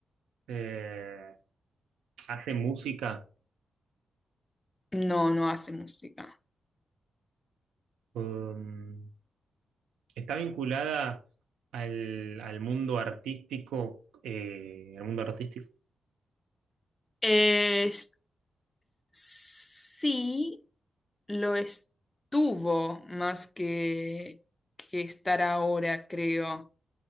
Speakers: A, on the right; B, on the left.
A: eh, hace música.
B: No, no hace música.
A: Um, está vinculada al, al mundo artístico, eh, al mundo artístico.
B: Eh, s- sí, lo estuvo más que, que estar ahora, creo.